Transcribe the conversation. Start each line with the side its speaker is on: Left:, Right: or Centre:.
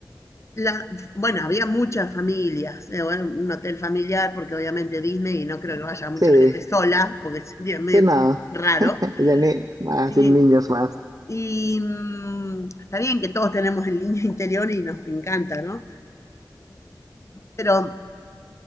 Left: la, bueno, había muchas familias, eh, bueno, un hotel familiar, porque obviamente Disney, y no creo que vaya mucha
Right: sí,
Left: gente sola, porque sería medio
Right: sí, no.
Left: raro.
Right: <laughs> de ni- más,
Left: Sí,
Right: de niños más.
Left: Y mm, está bien que todos tenemos el niño <laughs> interior y nos encanta, ¿no? Pero